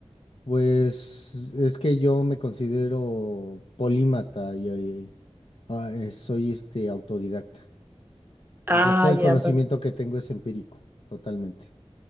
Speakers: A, on the left (about 65°); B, on the right (about 20°).
A: Pues es que yo me considero polímata y eh, ah, eh, soy este autodidacta. Entonces
B: Ah,
A: todo el conocimiento
B: ya, per-
A: que tengo es empírico, totalmente.